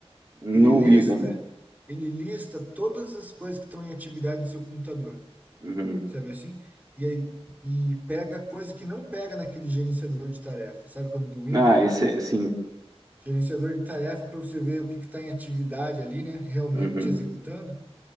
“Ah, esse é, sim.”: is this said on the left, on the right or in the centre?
Right